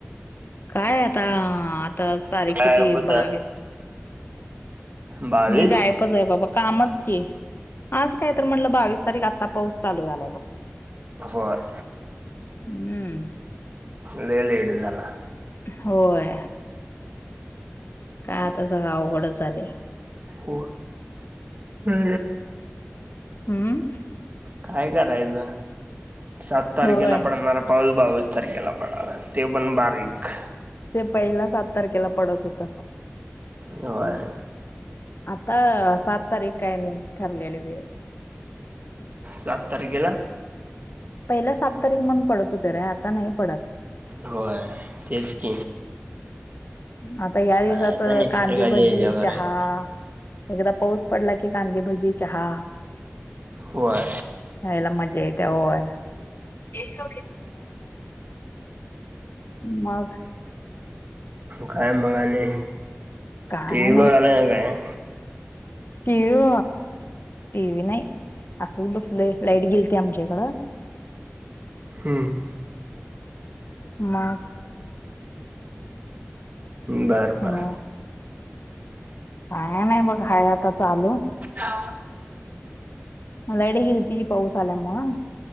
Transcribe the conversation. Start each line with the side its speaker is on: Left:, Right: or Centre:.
Left: काय आता आ आता तारीख
Right: काय
Left: किती
Right: बता
Left: बावीस
Right: बावीस
Left: मी गायपच आहे बाबा कामच की. आज काय तर म्हटलं बावीस तारीख, आता पाऊस चालू झालाय बघ.
Right: होय.
Left: हम्म
Right: लई लेट झाला.
Left: होय. काय आता सगं अवघडच झाले
Right: हो ह
Left: हम्म
Right: काय करायचं सात तारखेला
Left: होय
Right: पडणार पाऊल बावीस तारखेला पडणार ते पण बारीक
Left: पहिला सात तारखेला पडत होत हम्
Right: होय
Left: आता सात तारीख काय नाही ठरलेले बिर
Right: सात तारखेला
Left: पहिल्या सात तारीख म्हणून पडतो र आता नाही पडत््
Right: होय तेच की.
Left: आता ह्या दिवसात
Right: काय आता निसर्गाच्या
Left: कांदेभजी
Right: हेच्यावर
Left: चहा
Right: आहे ते.
Left: एकदा पाऊस पडला की कांदेभजी चहा
Right: होय
Left: यायला मजा येते त्यावयग मग
Right: काय बघाणे
Left: काय
Right: टी व् बघाला काय हम्
Left: टी व टीवि नाही असंच बसलय लाईट गेल ते आमच्या इकडं
Right: हम्म
Left: मग
Right: बरं बरं
Left: हम्म, काय नाही बघ हाय आता चालू
Right: हा
Left: म ॅडी गे तती पाऊस आल्या मग